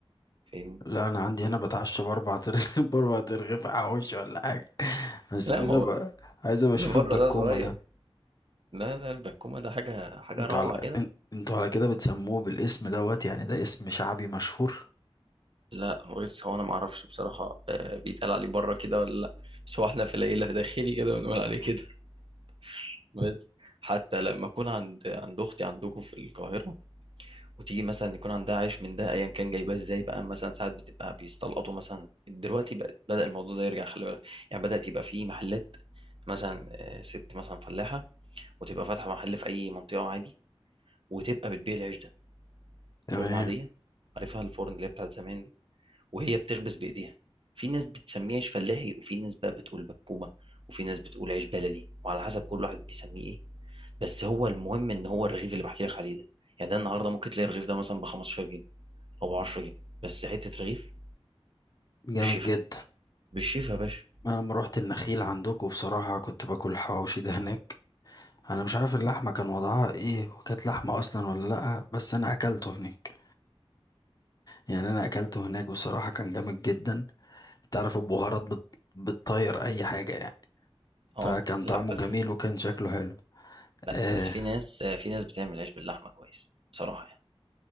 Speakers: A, on the right; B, on the left.
A: فاهمني
B: لا انا عندي هنا بتعشى باربع ترغيف <laughs> باربع ترغيف حواوشي ولا حاجه بس
A: لا
B: عايز
A: ما
B: ابقى
A: هو
B: عايز ابقى اشوف
A: اللي بره
B: البكومه
A: ده صغير
B: ده
A: لا لا البكومه ده حاجه حاجه
B: انتوا
A: روعه
B: على
A: كده
B: ان- انتوا على كده بتسموه بالاسم دوت يعني ده اسم شعبي مشهور
A: لا بص هو انا ما اعرفش بصراحه آه، بيتقال عليه بره كده ولا لا بس هو احنا في العيله داخلي كده بنقول عليه كده <laughs> بس حتى لما اكون عند عند اختي عندكم في القاهره وتيجي مثلا يكون عندها عيش من ده ايا كان جايباه ازاي بقى مثلا ساعات بتبقى بيستلقطوا مثلا دلوقتي بقى بدأ الموضوع ده يرجع خلي بالك يعني بدأت يبقى في محلات مثلا آه، ست مثلا فلاحة وتبقى فاتحة محل في أي منطقة عادي وتبقى بتبيع العيش ده فرن
B: تمام
A: عادية عارفها الفرن اللي هي بتاعت زمان دي وهي بتخبز بإيديها في ناس بتسميه عيش فلاحي وفي ناس بقى بتقول بكومة وفي ناس بتقول عيش بلدي وعلى حسب كل واحد بيسميه ايه بس هو المهم ان هو الرغيف اللي بحكي لك عليه ده يعني ده النهارده ممكن تلاقي الرغيف ده مثلا ب 15 او ب 10 جنيه بس حته رغيف
B: جامد
A: بالشفا
B: جدا
A: بالشفا يا باشا
B: انا لما روحت النخيل عندكم بصراحه كنت باكل حواوشي ده هناك انا مش عارف اللحمه كان وضعها ايه وكانت لحمه اصلا ولا لا بس انا اكلته هناك يعني انا اكلته هناك بصراحه كان جامد جدا تعرف البهارات بت... بتطير اي حاجه يعني
A: اه
B: فكان
A: لا
B: طعمه
A: بس
B: جميل وكان شكله حلو
A: لا
B: آه
A: بس في ناس في ناس بتعمل عيش باللحمه كويس بصراحه يعني